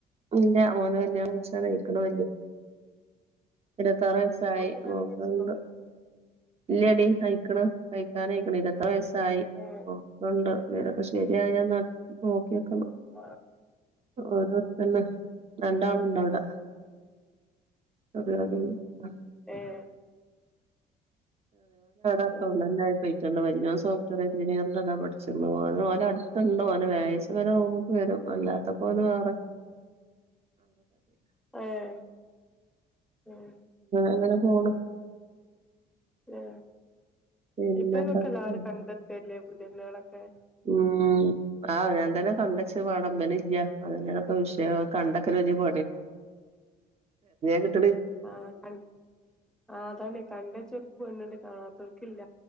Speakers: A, on the right; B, in the centre.
A: ഇല്ല ഓന് കല്യണാലോചിച്ചാൻ അയ്ക്ക്ണ് ഇരുപത്താറ് വയസായി
B: മോൻ കല്യാണം
A: നോക്കണ്
B: കഴിച്ചിനോ
A: ണ്ട് ഇല്ലടി അയിക്കണ് കഴിക്കാൻയിക്കണ് ഇരുപത്താറ് വയസ്സായി
B: ഏഹ്
A: നോക്കണണ്ട് അങ്ങൊക്കെ ശരിയായാ നോക്കിയോക്കണം
B: <unintelligible>
A: ഓരോത്തന്നെ രണ്ടാളുണ്ടവിടാ
B: ആഹ് ആഹ്
A: <unintelligible>
B: ഏഹ്
A: അക്കൗണ്ടന്റെ
B: ഏഹ്
A: ആയിപ്പോയി ഞാൻ സോഫ്റ്റ്വെയർ എഞ്ചിനിയയറിൻ്ാ പഠിച്ചോല അടുുണ്ടോ അവന വാച്ച വല നോമുക്ക് വരും വല്ലാത്ത പോലും ആറ്
B: ഏഹ് ഉം
A: അങ്ങനെ പോണ്
B: ആ
A: പിന്നെന്തൊക്കെ
B: ഇപ്പേനൊക്കെ എല്ലാവരും കണ്ടെത്തല്ലേ പുധനികളൊക്കെ
A: ഉമ് ആഹ് അവനോൻതന്നെ കണ്ടേച്ചു വേണം പിന്നെ ഇല്ല അതന്നെയാണപ്പ വിഷയം ആ കണ്ടക്കറിഞ്ഞും <unintelligible>
B: ആ ക ആ അതാണ് കണ്ടെ ചോൽപ്പ് വരുന്നുണ്ട് കാണാത്തോർക്കില്ല